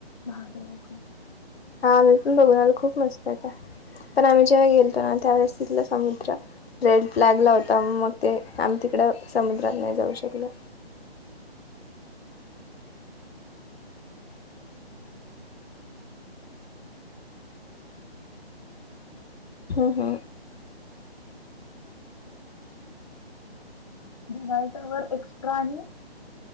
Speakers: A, on the left; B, on the left.
A: महादेवक-
B: हा मी पण बघून आलो खूप मस्त पण आम्ही जेव्हा गेलतो ना त्यावेेळेस तिथलं समुद्र रेड फ्लॅगला होता मग ते आम्ही तिकड समुद्रात नाही जाऊ शकलो.
A: <inaudible> <unintelligible>
B: हम्म हम्म.
A: डिवायसावर एक्स्ट्रा आणि